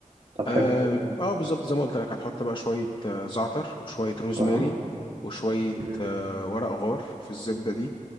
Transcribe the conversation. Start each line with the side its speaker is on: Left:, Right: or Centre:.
Right: طب
Left: اه
Right: حلو
Left: آه، بالظبط زي ما قلت لك هتحط بقى شوية آه، زعتر وشوية روزماري
Right: اه
Left: وشوية
Right: امم
Left: آه، ورق غار في الزبدة دي